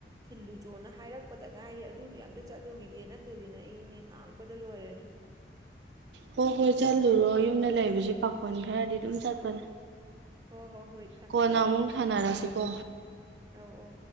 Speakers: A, on the right; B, on the right.
A: ꯊꯤꯜꯂꯨ ꯆꯣꯅ ꯍꯥꯏꯔꯛꯄꯗ ꯉꯥꯏꯗꯤ ꯑꯗꯨꯒꯤ ꯑꯝꯇ ꯆꯠꯂꯨꯈꯤꯒꯦ ꯅꯠꯇꯗꯤꯅꯦ ꯑꯩꯅꯦ ꯉꯥꯡꯕꯗ ꯂꯣꯏꯔꯅꯤ
B: ꯍꯣꯏ ꯍꯣꯏ ꯆꯠꯂꯨꯔꯣ ꯌꯨꯝꯗ ꯂꯩꯕꯁꯦ ꯄꯥꯈꯣꯟ ꯈꯔꯗꯤ ꯑꯗꯨꯝ ꯆꯠꯄꯅꯦ
A: ꯍꯣ ꯍꯣ ꯍꯣꯏ
B: ꯀꯣꯟꯅ ꯑꯃꯨꯛ ꯊꯥꯅꯔꯁꯤ ꯀꯣ
A: ꯑ ꯑ